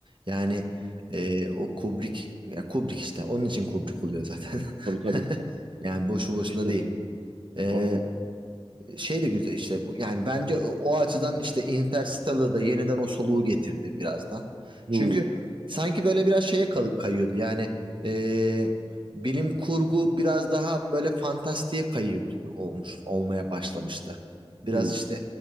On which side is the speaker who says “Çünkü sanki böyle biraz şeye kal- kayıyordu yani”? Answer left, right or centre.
Right